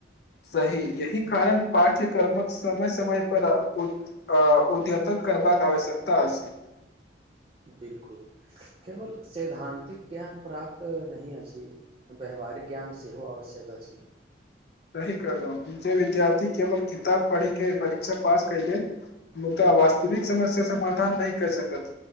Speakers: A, on the left; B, on the right.
A: सही यही कारण पाठ्यकर्मक समय-समय पर उद्य अ उद्यतक करबाक आवश्यकता अछि।
B: बिल्कुल केवल सैद्धान्तिक ज्ञान प्राप्त नही अछि व्यवहारिक ज्ञान सेहो आवश्यक अछि।
A: सही कहलौ जे विद्यार्थी केवल किताब पढ़ि के परीक्षा पास कयलै, मुद्दा वास्तविक समस्या समाधान नै कर सकत